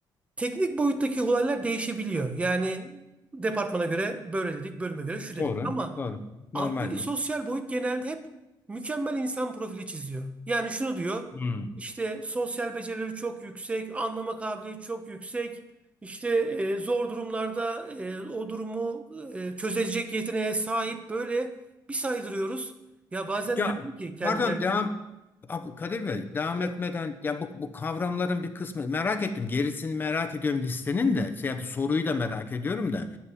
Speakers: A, on the right (about 15°); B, on the left (about 25°).
A: Teknik boyuttaki olaylar değişebiliyor. Yani departmana göre böyle dedik, bölüme göre şu dedik.
B: Doğru.
A: Ama
B: Doğru. Normal
A: alttaki sosyal
B: bu.
A: boyut genelde hep mükemmel insan profili çiziyor. Yani şunu diyor,
B: Hmm.
A: işte sosyal becerileri çok yüksek, anlama kabiliyeti çok yüksek, işte e, zor durumlarda e, o durumu e, çözecek yeteneğe sahip böyle bir saydırıyoruz. Ya bazen
B: Ya
A: diyorum ki kendi
B: pardon
A: kendime,
B: devam Ab- Kadir Bey devam
A: evet,
B: etmeden ya bu, bu kavramların bir kısmı merak ettim. Gerisini merak ediyorum listenin de şey, soruyu da merak ediyorum da.